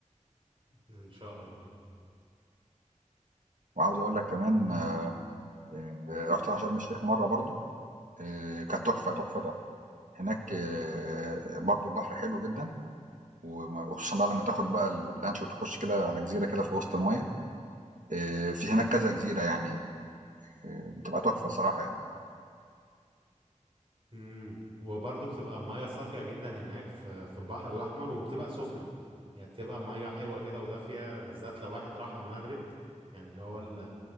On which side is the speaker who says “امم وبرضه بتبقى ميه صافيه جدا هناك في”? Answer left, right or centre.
Right